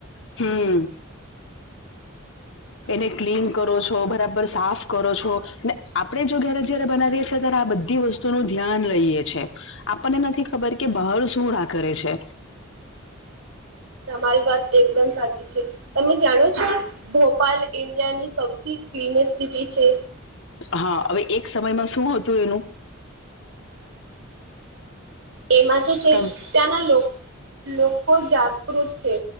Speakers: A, on the left; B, on the right.
A: હમ. એને ક્લીન કરો છો, બરાબર સાફ કરો છો, ને આપણે જો ઘરે જયારે બનાવીએ છીએ, ત્યારે આ બધી વસ્તુ. થોડું ધ્યાન લઈએ છે, આપણને નથી ખબર કે બહાર સુંળા કરે છે.
B: તમારી વાત એકદમ સાચી છે, તમે જાણો છો. ભોપાલ ઇન્ડિયાની સૌથી ક્લીનેસ્ટ સિટી છે.
A: હા હવે એક સમયમાં શું હતું એનું
B: એમાં શ
A: તમ
B: ત્યાંના લો લોકો જાગૃત છે